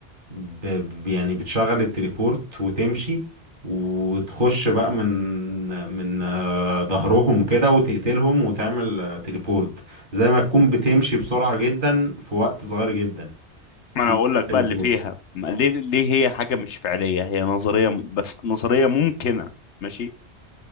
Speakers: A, on the right; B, on the left.
A: ب... ب- يعني بتشغل التليبورت وتمشي وتخش بقى من من آه، ظهرهم كده وتقتلهم وتعمل آه، تليبورت زي ما تكون بتمشي بسرعه جدا في وقت صغير جدا
B: ما
A: دي
B: انا اقول
A: اسمها
B: لك
A: تليبورت
B: بقى اللي فيها ما- ليه ليه هي حاجه مش فعليه هي نظريه م- بس نظريه ممكنه ماشي